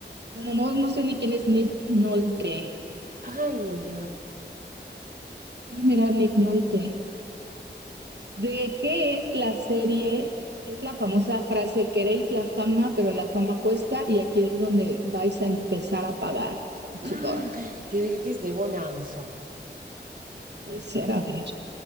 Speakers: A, on the right; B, on the right.
A: Bueno, no, no sé ni quién es Nick Nolte.
B: Ay, mira.
A: Ah, mira, Nick Nolte. ¿De qué es la serie? Es la famosa frase, queréis la fama, pero la fama cuesta y aquí es donde vais a empezar a pagar con sudor.
B: Mm, yo digo que es de Bonanza.
A: Puede ser, a ver.